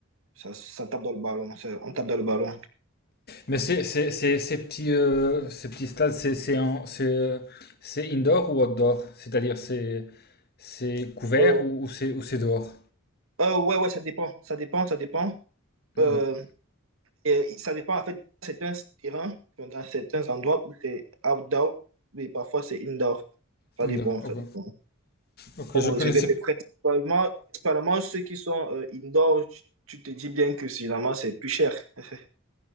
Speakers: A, on the right; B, on the left.
A: ça, ça tape dans le ballon, ça- on tape dans le ballon.
B: Mais c'est, c'est, c'est, ces petits, euh, ces petits stades, c'est, c'est, en- c'est, euh, c'est indoor ou outdoor? C'est-à-dire, c'est, c'est couvert
A: Euh,
B: ou, ou c'est, ou c'est dehors?
A: euh, ouais, ouais, ça dépend, ça dépend, ça dépend.
B: Mhm.
A: Euh, et ça dépend, en fait, certains terrains, enfin, dans certains endroits où c'est outdoor, mais parfois c'est indoor. Ça
B: Indoor,
A: dépend,
B: ok.
A: ça dépend.
B: Ok,
A: Comme
B: je connaissais.
A: réservé, mais principalement, principalement ceux qui sont euh, indoor, tu, tu te dis bien que finalement c'est plus cher. <laughs>